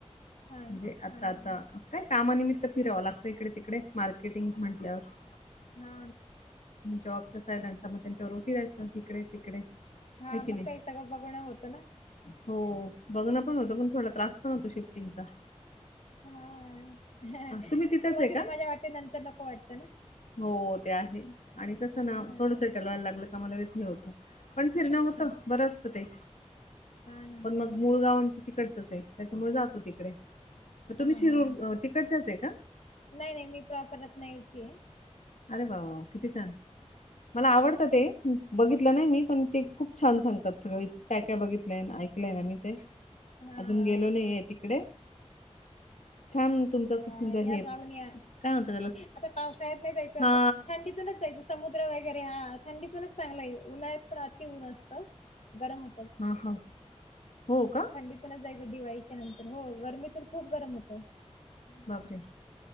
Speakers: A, on the left (about 70°); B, on the left (about 80°).
A: हा
B: म्हणजे
A: ना
B: आता
A: हा हा
B: आता काय कामानिमित्त फिरावं लागतं इकडे तिकडे मार्केटिंग म्हंटल्यावर
A: ह ना
B: जॉब तसा आहे त्यांचा मग त्यांच्यावर फिराहायचा इिकडे तिकडे आहे
A: हा
B: की
A: मग
B: नाही
A: काही सगळं बघणं होतं ना
B: हो बघणं पण होतं पण थोडा त्रास पण होतो शिफ्टिंगचा
A: हा
B: तुम्ही तिथेच
A: सुरुवातीला
B: आहे का
A: माझ्या वाटे नंतर नको वाटतं ना
B: हो ते आहे आणि कसं ना
A: हा
B: थोडंसं टलवायला लागलं का मला लगेच हे होतं पण फिरणं होत
A: हा
B: बरं असतं ते
A: हा ना
B: प मग मूळ गावांचं तिकडचच आहे त्याच्यामुळे जातो तिकडे मग तुम्ही
A: हा
B: शिरूर
A: हा
B: तिकडच्याच आहे का
A: नाही नाही मी प्रॉपर रत नाही याची आहे
B: अरे भाऊ किती छान मला आवडतं ते बघितलं नाही मी पण ते खूप छान सांगतात सगळं इतकं काय काय बघितलंय ऐकलंय आम मही ते
A: हा
B: अजून गेलो नाही आहे तिकडे छान तुमचा
A: हा
B: कुकंचा
A: या
B: हे
A: जाऊन या
B: काय म्हणत त्याला
A: आता पावसाळ्यात नाही जायचं
B: हा
A: थंडीत समुद्र वगैरे हा थंडीत पणच चांग आहे उन्हाळत पण अति ऊन असतं गरम हो
B: हा हा हो का.
A: थडीतूनच जायचं दिवाळीच्या नंतर हो गरमीतून खूप गरम होत.
B: बापरे.